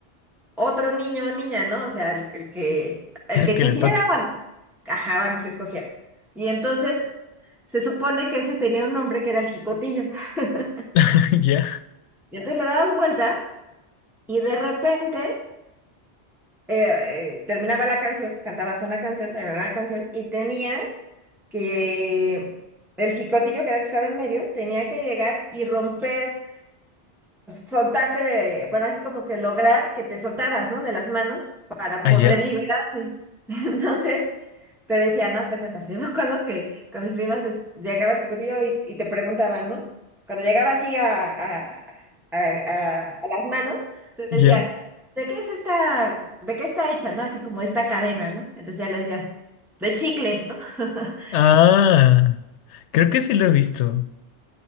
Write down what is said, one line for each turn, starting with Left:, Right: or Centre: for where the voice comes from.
Centre: otro niño o niña, ¿no? O sea, el, el que, el
Left: El
Centre: que
Left: que
Centre: quisiera
Left: le toque.
Centre: o al, ajá, o al que se escogiera. Y entonces se supone que ese tenía un nombre que era el jicotillo. <laughs>
Left: <laughs> Ya.
Centre: Y entonces le dabas vuelta y de repente eh, eh, terminaba la canción, cantabas una canción, terminaba la canción y tenías que, el jicotillo que era el que estaba en medio, tenía que llegar y romper soltarte de, bueno, así como que lograr que te soltaras, ¿no? De las manos para
Left: Allá.
Centre: poder liberarse. <laughs> Entonces, te decía, no, te cuentas. Yo me acuerdo que con mis primas es- llegaba al ejecutiva y, y te preguntaban, ¿no? Cuando llegaba así a, a, a, a- a las manos, te decía,
Left: Ya.
Centre: ¿de qué es esta, de qué está hecha, ¿no? Así como esta cadena, ¿no? Entonces ya le decías, de chicle, ¿no? <laughs>
Left: Ah, creo que sí lo he visto.